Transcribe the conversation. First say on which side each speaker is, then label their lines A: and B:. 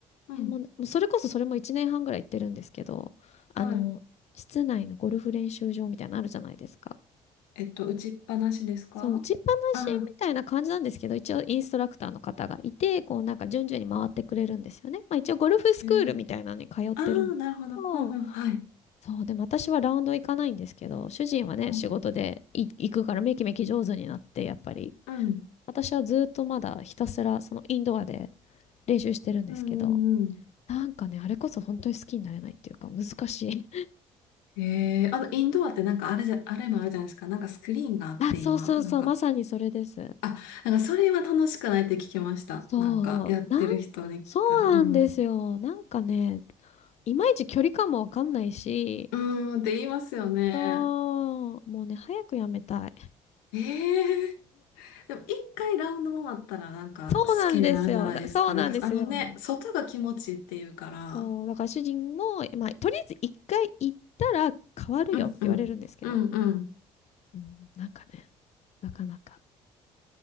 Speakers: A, on the left; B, on the left.
A: うん、
B: え、もう、もうそれこそそれも1年半ぐらい行ってるんですけど、あの、
A: はい。
B: 室内のゴルフ練習場みたいなのあるじゃないですか。
A: えっと、打ちっぱなしですかあ
B: そう、打ちっぱなしみたいな感じなんですけど、
A: あ、
B: 一応インストラクターの方がいて、こうなんか順々に回ってくれるんですよね。まあ一応ゴルフスクールみたいなのに通ってるんですけど、
A: えー、ああ、なるほど。うんうん、はい。
B: そう、でも私はラウンド行かないんですけど、主人はね、
A: うん、
B: 仕事でい行くからめきめき上手になって、やっぱり、
A: うん、
B: 私はずっとまだひたすらそのインドアで練習してるんですけど、
A: うん、うん。
B: なんかね、あれこそ本当に好きになれないっていうか、難しい。
A: ええー、あの、インドアってなんかあれじゃ、あれもあるじゃないですか。なんかスクリーンがあって今、
B: <laughs> あ、そうそうそう、
A: なんか、
B: まさにそれです。
A: あ、なんかそれは楽しくないって聞きました。
B: そう、
A: なんかやってる人に聞いたら。
B: なん、そうなんですよ。
A: うん。
B: なんかね、いまいち距離感もわかんないし、
A: うーんって言いますよね。
B: そう、もうね、早くやめたい。
A: ええでも一回ラウンド回ったらなんか好きになるんじゃないですか。
B: そうなんですよ。だそうなんですよ。
A: なんかあのね、外が気持ちいいっていうから。
B: そう、だから主人も、まあ、とりあえず一回行ったら変わるよって言われるんですけど、
A: うんうん。うんうん。
B: うん、なんかね、なかなか。